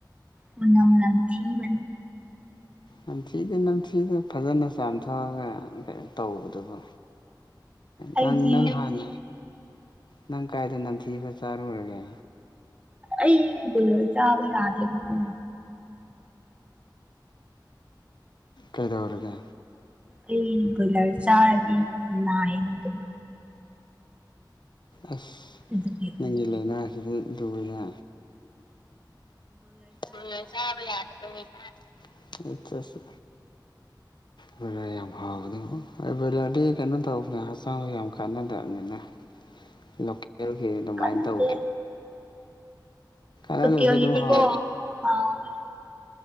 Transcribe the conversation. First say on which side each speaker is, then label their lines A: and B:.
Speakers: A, on the right; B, on the left.
A: ꯃꯅꯝ ꯅꯝꯊꯤꯕꯅꯦ
B: ꯅꯝꯊꯤꯗꯦ ꯅꯝꯊꯤꯗꯦ ꯐꯖꯅ ꯆꯥꯝꯊꯣꯛꯑꯒ ꯀꯩꯅꯣ ꯇꯧꯕꯗꯨꯕꯨ
A: ꯑꯩꯗꯤ
B: ꯅꯪ ꯅꯪ ꯍꯥꯟꯅ ꯅꯪ ꯀꯥꯏꯗ ꯅꯝꯊꯤꯕ ꯆꯥꯔꯨꯔꯒꯦ
A: ꯑꯩ ꯕꯣꯏꯂꯔ ꯆꯥꯕ ꯌꯥꯗꯦꯕꯀꯣ
B: ꯀꯩꯗꯧꯔꯒꯦ
A: ꯑꯩ ꯕꯣꯏꯂꯔ ꯆꯥꯔꯗꯤ ꯅꯥꯏꯌꯦꯕ ꯑꯗꯨꯝ
B: ꯑꯁ
A: ꯑꯗꯨꯒꯤ
B: ꯅꯪꯒꯤ ꯂꯩꯅꯥꯁꯤꯗꯤ ꯂꯨꯔꯦꯍꯦ ꯕꯣꯏꯂꯔ ꯆꯥꯕ ꯌꯥꯗꯕ ꯂꯩꯅꯥꯗꯨ ꯅꯠꯇꯔꯁꯨ ꯕꯣꯏꯂꯔ ꯌꯥꯝ ꯍꯥꯎꯕꯗꯨꯕꯨ ꯑꯦ ꯕꯣꯏꯂꯔꯗꯤ ꯀꯩꯅꯣ ꯇꯧꯕꯅꯦ ꯍꯛꯆꯥꯡ ꯌꯥꯝ ꯀꯥꯟꯅꯗꯕꯅꯤꯅꯦ ꯂꯣꯀꯦꯜꯒꯤ ꯑꯗꯨꯃꯥꯏꯅ
A: ꯀꯥꯟꯅꯗꯦ
B: ꯇꯧꯕꯗꯨ ꯀꯥꯟꯅꯗꯔꯁꯨ
A: ꯂꯣꯀꯦꯜꯒꯤꯗꯤꯀꯣ
B: ꯑꯗꯨꯝ ꯍꯥꯎ
A: ꯍꯥꯎꯕꯅꯤ